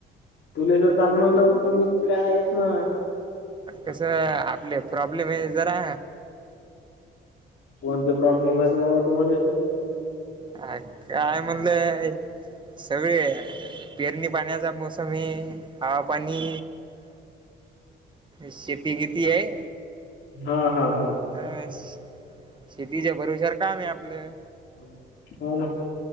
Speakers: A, on the left; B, on the right.
A: तुलास चाल म्हणलं म्हण तो मी काय येत ना
B: कस आपले प्रॉब्लेम हे जरा
A: कोणते प्रॉब्लेम आहे ते बाबा तुम्हाला इथे
B: अ काय म्हणलं सगळे पेरणी पाण्याचा मोस म हा पाणी शेती किती आहे
A: हा हा हा
B: अ शेतीच्या भरविशर काम आहे आपलं
A: मी